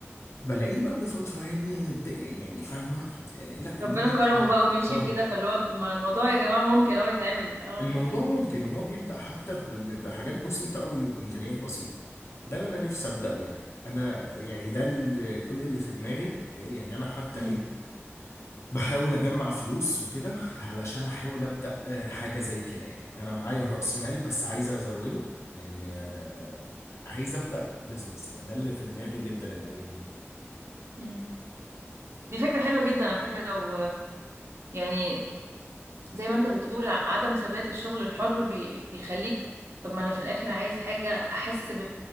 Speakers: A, on the left (about 75°); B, on the right (about 65°).
A: بلاقيه بعد فترة يعني د- يعني فاهمة آه، لا الدنيا
B: ربنا كرمه
A: اشتغلت.
B: بقى ومشي
A: اه
B: وكده فاللي هو طب ما الموضوع يا جماعة ممكن اهو يتعمل اه
A: الموضوع ممكن وهو بيبدأ حتى ب- ب- بحاجات بسيطة قوي وبإمكانيات بسيطة ده اللي أنا نفسي أبدأه يعني أنا يعني ده ال- كل اللي في دماغي يعني أنا حتى
B: أمم،
A: إيه بحاول أجمع فلوس وكده علشان أحاول أبدأ آه، حاجة زي كده يعني أنا معايا رأس مال بس عايز أزوده يعني آه، عايز أبدأ بزنس يعني ده اللي في دماغي جدا الأيام دي
B: أمم. دي فكرة حلوة جدا على فكرة لو يعني زي ما انت بتقول ع- عدم ثبات الشغل الحر بي... بيخليك طب ما انا في الاخر عايز حاجة احس ب...